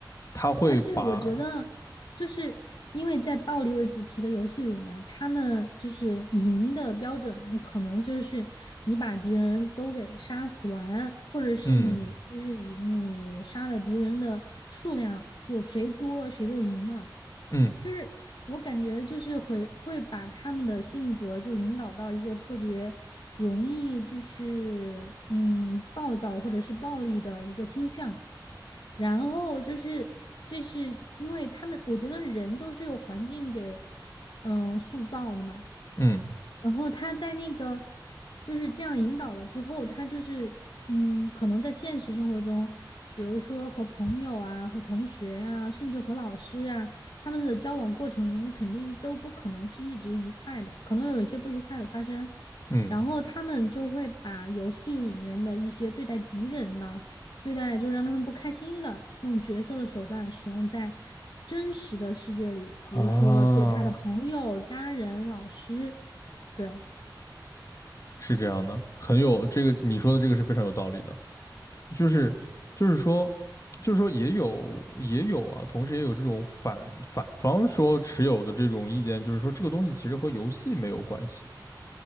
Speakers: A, on the left (about 45°); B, on the left (about 75°).
A: 他会把
B: 而且我觉得就是因为在暴力为主题的游戏里面儿他们就是赢的标准可能就是你把敌人都给杀死完，或者是你就是以你杀的敌人的数量，
A: 嗯
B: 就谁多谁就赢嘛。
A: 嗯
B: 就是我感觉就是会会把他们的性格就是引导到一个特别容易就是嗯暴躁或者是暴力的一个倾向，然后就是这是因为他们我觉得人都是由环境给嗯、呃塑造的嘛，
A: 嗯
B: 然后他在那个就是这样引导了之后，他就是嗯，可能在现实生活中，比如说和朋友啊、和同学啊，甚至和老师啊，他们的交往过程肯定都不可能是一直愉快的，可能有一些不愉快的发生。
A: 嗯
B: 然后他们就会把游戏里面的一些对待敌人的、对待就是让他们不开心的那种角色的手段使用在真实的世界里，比如说对他的朋友、
A: 啊，
B: 家人、老师。对，
A: 是这样的，很有这个你说的这个是非常有道理的，就是就是说就是说也有也有啊，同时也有这种反反方说持有的这种意见，就是说这个东西其实和游戏没有关系